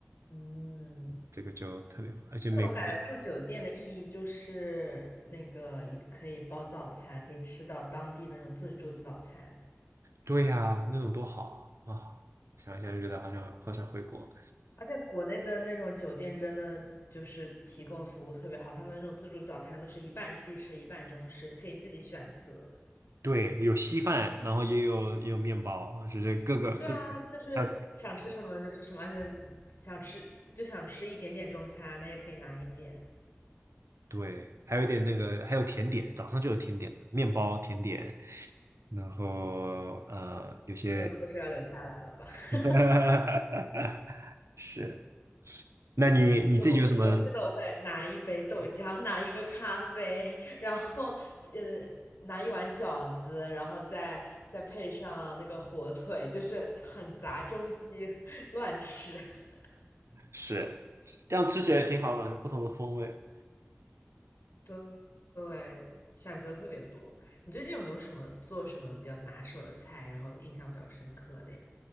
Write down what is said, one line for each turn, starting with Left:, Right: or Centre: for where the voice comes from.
Left: 嗯，
Right: 这个就特别，而且美国的，
Left: 对，我感觉住酒店的意义就是那个可以包早餐，可以吃到当地的那种自助早餐。
Right: 对呀、那种多好啊！啊想一想就觉得好想好想回国。
Left: 而且国内的那种酒店真的就是提供的服务特别好，他们那种自助早餐都是一半西式一半中式，你可以自己选择。
Right: 对，有稀饭，然后也有也有面包，就是各个各个，
Left: 对啊，就是想吃什么就吃什么，
Right: 它
Left: 而且想吃就想吃一点点中餐，那也可以拿一点。
Right: 对，还有一点那个，还有甜点，早上就有甜点了，面包甜点，然后呃，有些
Left: 哎呦，口水要流下来了吧？
Right: <laughs>
Left: <laughs>
Right: 是，那你你自己有什么？
Left: 就我我记得我会拿一杯豆浆，拿一个咖啡，然后嗯，拿一碗饺子，然后再再配上那个火腿，就是很杂，中西 <laughs> 乱吃。<laughs>
Right: 是，这样吃起来挺好的，不同的风味。
Left: 对对，选择特别多。你最近有没有什么做什么比较拿手的菜，然后印象比较深刻的呀？